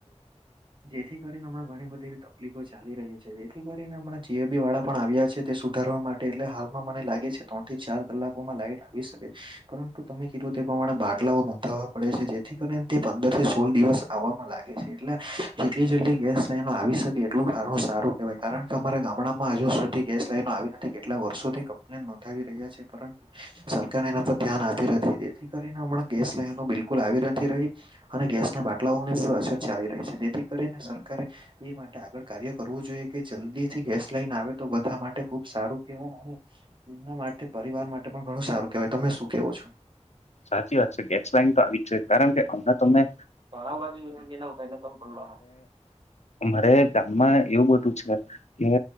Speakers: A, on the right (about 45°); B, on the left (about 70°).
A: જેથી કરીને હમણાં ઘણી બધી, તકલીફો ચાલી રહી છે, એટલી કરીને હમણાં જીએબી વાળા પણ આવ્યા છે, તે સુધારવા માટે એટલે હાલમાં મને લાગે છે. ત્રણ થી ચાર કલાકોમાં લાઈટ આવી શકે, પરંતુ તમે કીધું તે પ્રમાણે બાટલાઓ નોંધાવવા પડે છે, જેથી કરીને તે પંદરથી સોળ દિવસ. આવવામાં લાગે છે, એટલે જેટલી જેટલી ગેસલાઈન આવી શકે એટલું સારુ સારું કેવાય. કારણ કે, અમારા ગામડામાં હજુ સુધી ગેસ લાઈનો આવી નથી કેટલા વર્ષોથી કમ્પ્લેન નોંધાવી રહ્યા છે, પરંતુ સરકાર એના પર ધ્યાન આપી નથી, જેથી કરીને હમણાં ગેસ લેવાનું બિલકુલ આવી નથી રહી, અને ગેસના બાટલાઓની પણ અસર ચાલી રહી છે, જેથી કરીને સરકારે એ માટે આગળ કાર્ય કરવું જોઈએ, કે જલ્દીથી ગેસ લાઈન આવેતો બધા માટે ખુબ સારું કહેવાય. એના માટે પરિવાર માટે પણ ઘણું સારું કેવાય તમે શું કેવો છો.
B: સાચી વાત છે, ગેસલાઈન તોઆવી જ જોઈએ, કારણ કે હમણાં તમને.
A: તો બાકી એને પલો,
B: અમારે ગામમાં એવું બધું છે, કે